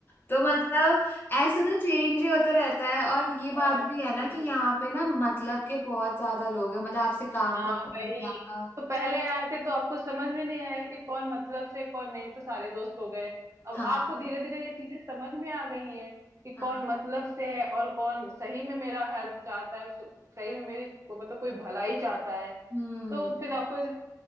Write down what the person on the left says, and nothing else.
तो मतलब ऐसे तो चेंज ही होता रहता है और ये
बात भी
है ना कि
यहाँ पे ना मतलब के बहुत ज्यादा लोग हैं मतलब आपसे काम
करते
हैं आपका
हाँ
हाँ
हम्म